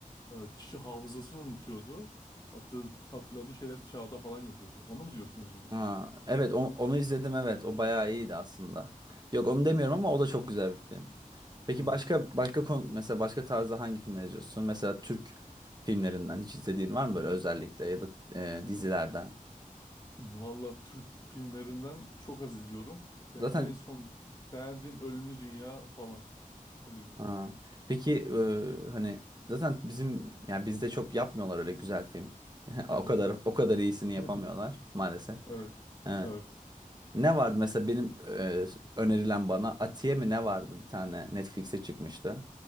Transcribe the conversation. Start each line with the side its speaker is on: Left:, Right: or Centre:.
Left: e, Kişi hafızasını unutuyordu. Hatırladığı, hatırladığı şeyler kağıda falan yazıyordu. Onu mu diyorsun acaba?
Right: Ha, evet o- onu, izledim evet. O bayağı iyiydi aslında. Yok onu demiyorum ama o da çok güzel bir film. Peki
Left: Hı.
Right: başka başka konu, mesela başka tarzda hangi filmler izliyorsun? Mesela Türk filmlerinden hiç izlediğin var mı böyle özellikle ya da e, dizilerden?
Left: Valla Türk filmlerinden çok az izliyorum. Ya
Right: Zaten
Left: en son beğendiğim Ölümlü Dünya falan. Öyle diyeyim.
Right: Ha. Peki e, hani zaten bizim yani bizde çok yapmıyorlar öyle güzel film. <laughs> Yani o
Left: Hı
Right: kadar
Left: hı.
Right: o kadar iyisini
Left: <laughs>
Right: yapamıyorlar maalesef.
Left: Evet.
Right: Evet.
Left: Evet.
Right: Ne vardı mesela benim e, önerilen bana Atiye mi ne vardı bir tane Netflix'e çıkmıştı.